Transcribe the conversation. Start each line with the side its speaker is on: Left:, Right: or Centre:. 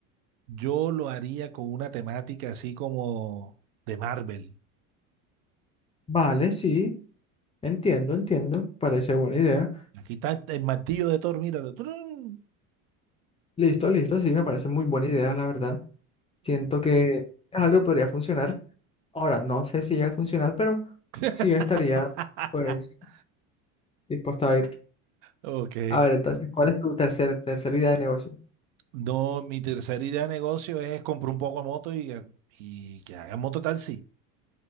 Right: yo lo haría con una temática así como de Marvel.
Left: vale, sí, entiendo, entiendo, parece buena idea.
Right: Aquí está el martillo de Thor, míralo. ¡Trun!
Left: Listo, listo, sí, me parece muy buena idea, la verdad. Siento que es algo que podría funcionar. Ahora, no sé si llega a funcionar, pero
Right: <laughs>
Left: sí yo estaría, pues, dispuesto a ir.
Right: Ok.
Left: A ver, entonces, ¿cuál es tu tercer, tercera idea de negocio?
Right: No, mi tercera idea de negocio es comprar un poco de moto y, ah, y que hagan mototaxi.